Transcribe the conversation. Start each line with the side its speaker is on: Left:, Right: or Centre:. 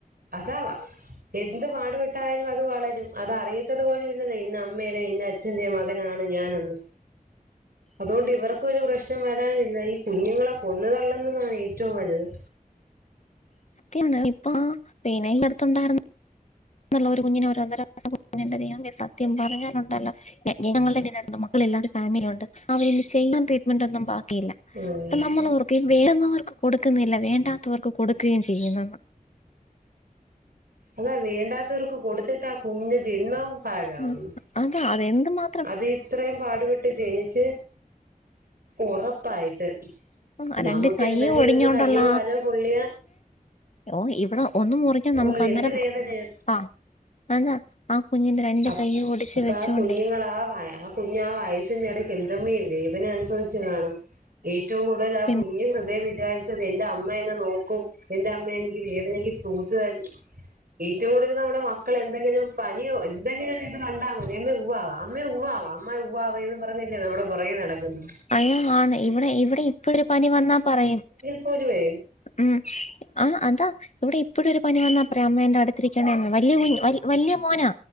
Right: അതാ വാ എന്ത് പാടുപെട്ടായാലും അത് വളരും അത് അറിയത്തത് പോലും ഇല്ലന്നെ ഇന്ന അമ്മേടേ ഇന്ന അ ച്ഛന്റെ മകനാണ് ഞാനെന്ന് അതുകൊണ്ട് ഇവർക്കൊരു പ്രശ്നം വരാനില്ല ഈ കുഞ്ഞുങ്ങളെ കൊന്നു തള്ളുന്നതാണ് ഏറ്റവും വലുത്
Left: പിന്നെ ഇപ്പ ആഹ് പിന്നെ അടുത്തുണ്ടായിരുന്ന ന്നുള്ളൊരു കുഞ്ഞിനെ ഓരോന്നര വയസ്സ് ദൈവമേ സത്യം പറഞ്ഞാലുണ്ടല്ലോ ഞങ്ങള്ടെ <unintelligible> എല്ലാരും ഫാമിലിയുണ്ട് അവര് ഇനി ചെയ്യാൻ ട്രീറ്റ്മെന്റ് ഒന്നും ബാക്കിയില്ല
Right: ഉം
Left: അപ്പൊ നമ്മളോർ വേന്നവർക്ക് കൊടുക്കുന്നില്ല. വേണ്ടാത്തവർക്ക് കൊടുക്കുകയും ചെയ്യുന്നെന്ന്
Right: അതാ വേണ്ടാത്തവർക്ക് കൊടുത്തിട്ടാ കുഞ്ഞിന്റെ ജന്മം പാഴാവുന്നു.
Left: ഉം അതാ അത് എന്ത് മാ
Right: അത് ഇത്രയും പാടുപെട്ട് ജനിച്ച് ഒറപ്പായിട്ട്
Left: ആ
Right: നമക്ക്
Left: രണ്ട് കൈയും
Right: എന്തെങ്കിലും
Left: ഒടിഞ്ഞോണ്ടുള്ള
Right: ഒരു കയ്യോ കാലോ പൊള്ളിയ
Left: ഓഹ് ഇവടെ ഒന്നു മുറിഞ്ഞാൽ
Right: ഓ
Left: നമുക്ക് അന്നേരം
Right: എന്ത് വേദനയാ
Left: ആഹ് തന്ന ആ കുഞ്ഞിന്റെ രണ്ട്
Right: അപ്
Left: കൈയും ഒടിച്ച്
Right: അപ്പ
Left: വെച്ചോണ്ടേ
Right: ആ കുഞ്ഞുങ്ങളാ ആ വയറാ കുഞ്ഞ് ആ വയസ്സിന്റെ ഇടയ്ക്ക് എന്തമ്മേ വേദന അനുഭവിച്ച് കാണും ഏറ്റവും കൂടുതൽ ആ
Left: പിന്നെ
Right: കുഞ്ഞ് ഹൃദയം വിചാരി ത് എന്റെ അമ്മയെ എന്നെ നോക്കും. എന്റെ അമ്മ എനിക്ക് വേദനക്ക് തൂത്ത് തരും ഏറ്റവും കൂടുതല് നമ്മുടെ മക്കൾ എന്തെങ്കിലും പനിയോ എന്തെങ്കിലും ഇത് കണ്ടാൽ മതി. അമ്മേ ഉവ്വാവാ അമ്മേ ഉവ്വാവാ. അമ്മ ഉവ്വാവാവേന്ന് പറഞ്ഞല്ലേ നമ്മടെ പൊറകെ നടക്കുന്ന്
Left: അയ്യോ ആണ്. ഇവിടെ ഇവിടെ ഇപ്പഴു ഒരു പനി വന്നാ പറയും
Right: കോരുവേ
Left: ഉം ആഹ് അതാ ഇവിടെ ഇപ്പഴും ഒരു പനി വന്നാ പറയും അമ്മേ എന്റെ അടുത്തിരിക്കണേന്ന്. വലിയ കുൻഞ്ഞ് വലിയ മോനാ